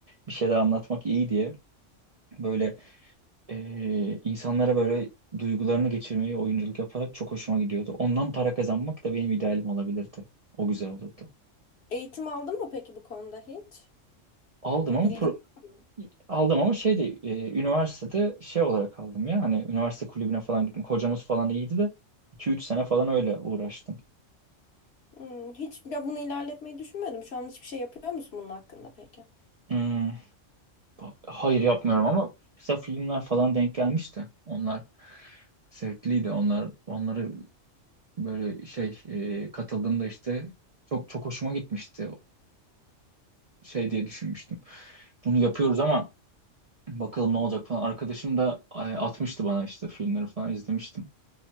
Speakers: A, on the right (about 45°); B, on the left (about 60°).
A: bir şeyler anlatmak iyi diye böyle e, insanlara böyle duygularını geçirmeyi oyunculuk yaparak çok hoşuma gidiyordu. Ondan para kazanmak da benim idealim olabilirdi. O güzel olurdu.
B: Eğitim aldın mı peki bu konuda hiç?
A: Aldım
B: Ya bir
A: ama
B: bilgin
A: pro-
B: var mı?
A: Aldım ama şey de e, üniversitede şey olarak aldım ya hani üniversite kulübüne falan gittim. Kocamız falan iyiydi de iki üç sene falan öyle uğraştım.
B: Hmm, hiç ya bunu ilerletmeyi düşünmedim. Şu an hiçbir şey yapıyor musun bunun hakkında peki?
A: Hmm, ba- hayır yapmıyorum ama kısa filmler falan denk gelmişti. Onlar zevkliydi. Onlar onları böyle şey e, katıldığımda işte çok çok hoşuma gitmişti. Şey diye düşünmüştüm. Bunu yapıyoruz ama bakalım ne olacak falan. Arkadaşım da e, atmıştı bana işte filmleri falan izlemiştim.